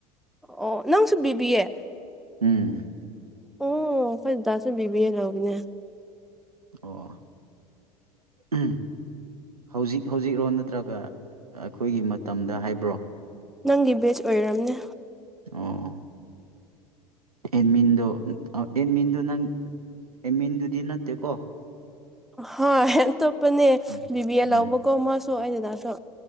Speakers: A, in the centre; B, on the right.
A: ꯑꯣ ꯅꯪꯁꯨ ꯕꯤꯕꯤꯌꯦ
B: ꯎꯝ
A: ꯑꯣ ꯐ ꯗꯁꯕꯤ ꯂꯧꯕꯅꯦ
B: ꯑꯣ ꯍꯧꯖꯤꯛ ꯍꯧꯖꯤꯛꯔꯣ ꯅꯠꯇ꯭ꯔꯒ ꯑꯩꯈꯣꯏꯒꯤ ꯃꯇꯝꯗ ꯍꯥꯏꯕ꯭ꯔꯣ
A: ꯅꯪꯒꯤ ꯕꯦꯆ ꯑꯣꯏꯔꯝꯅꯦ
B: ꯑꯣ ꯑꯦꯠꯃꯤꯟꯗꯣ ꯑꯦꯠꯃꯤꯟꯗꯣ ꯅꯪ ꯑꯦꯠꯃꯤꯟꯗꯨꯗꯤ ꯅꯠꯇꯦꯀꯣ
A: ꯍꯣꯏ ꯑꯇꯣꯞꯄꯅꯦ
B: ꯎꯝ
A: ꯕꯤꯕꯤ ꯑ ꯂꯥꯎꯕꯀꯣ
B: ꯎꯝ
A: ꯃꯥꯁꯨ ꯑꯩ ꯑꯗꯨꯗꯥꯁꯨ